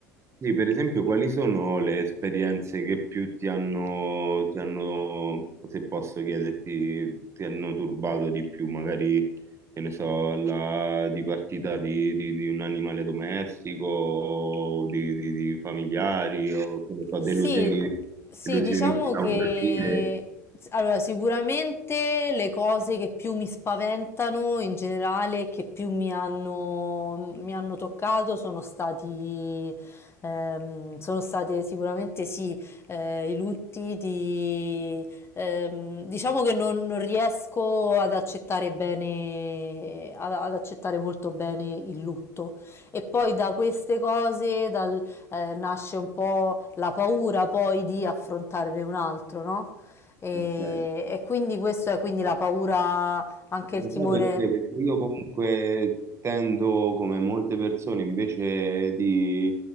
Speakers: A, on the right; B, on the left.
A: Sì, per esempio, quali sono le esperienze che più ti hanno, ti hanno, se posso chiederti, ti hanno turbato di più? Magari, che ne so, la dipartita di, di, di un animale domestico, o di, di- di familiari, o che ne so,
B: Sì,
A: delusioni,
B: sì,
A: delusioni
B: diciamo
A: <laughs> lavorative.
B: che allora, sicuramente le cose che più mi spaventano in generale, e che più mi hanno, mi hanno toccato, sono stati, ehm, sono state sicuramente sì, eh, i lutti di, ehm, diciamo che non, non riesco ad accettare bene, ad ad accettare molto bene il lutto. E poi da queste cose, dal, eh, nasce un po' la paura poi di affrontare un altro, no? E,
A: Ok.
B: e quindi questo è quindi la paura, anche
A: Lo
B: il timore
A: sai perché? Perché io comunque tendo, come molte persone, invece di